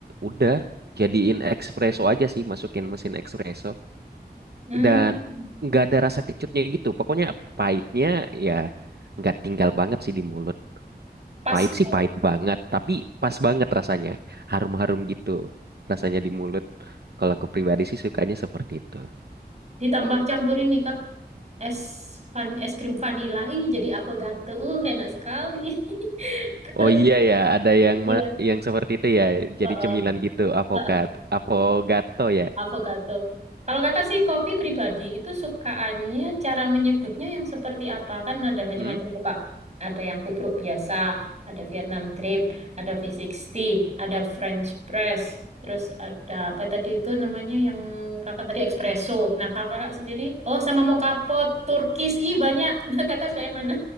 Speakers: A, on the right; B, on the right.
A: udah jadiin espresso aja sih, masukin mesin espresso.
B: hmm.
A: dan nggak ada rasa kecutnya gitu. Pokoknya pahitnya ya nggak tinggal banget sih di mulut.
B: Pas
A: Pahit
B: Kak.
A: sih pahit banget, tapi pas banget rasanya. Harum-harum gitu rasanya di mulut. Kalau aku pribadi sih sukanya seperti itu.
B: Ditambah campurin nih, Kak. es van es krim vanila ih jadi avocado uh enak sekali <laughs> kalau
A: Oh iya ya, ada yang
B: iya
A: ma- yang seperti itu ya. Jadi
B: heeh,
A: cemilan gitu, avokat,
B: heeh,
A: avogato ya.
B: avocado kalau kakak sih kopi pribadi itu sukaannya cara menyeduhnya yang seperti apa kan ada macam-macam
A: Hmm?
B: tuh kak ada yang tubruk biasa ada Vietnam drip ada V60 ada French press terus ada apa tadi itu namanya yang kakak tadi espresso nah kalau kakak sendiri oh sama mocha pot Turkish ih banyak <laughs> kakak suka yang mana